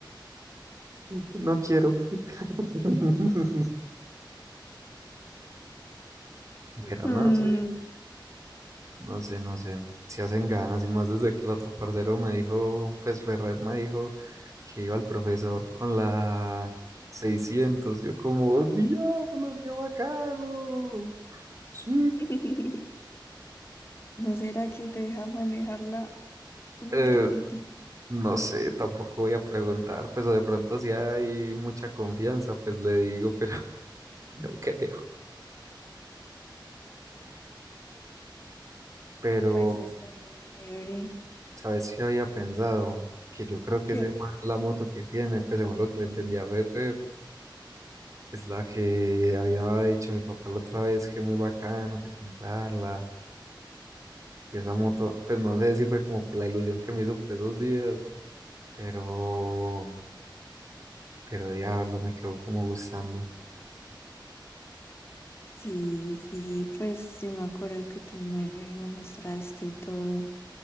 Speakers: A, on the right; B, on the left.
A: No quiero. <laughs> Pero
B: Mm.
A: no sé, no sé, no sé. Si hacen ganas, y más desde que el otro parcero me dijo, pues Ferrer me dijo que iba al profesor con la seiscientos Yo como, diablo, qué bacano. Sí.
B: <laughs> ¿No será que te deja manejarla un
A: Eh,
B: tricitico?
A: no sé, tampoco voy a preguntar, pues o de pronto si hay mucha confianza, pues le digo, pero <laughs> no creo. Pero,
B: Pues estaría chévere.
A: ¿sabes qué había pensado? Que yo creo que
B: ¿Qué?
A: ese man, la moto que tiene, pues según lo que le entendí a Ferrer, es la que había dicho mi papá la otra vez que muy bacano, que comprarla. Y esa moto, pues no sé si fue como por la ilusión que me hizo por esos días, pero, pero diablo, me quedó como gustando.
B: Sí, sí, pues yo me acuerdo que tú me, me mostraste y todo.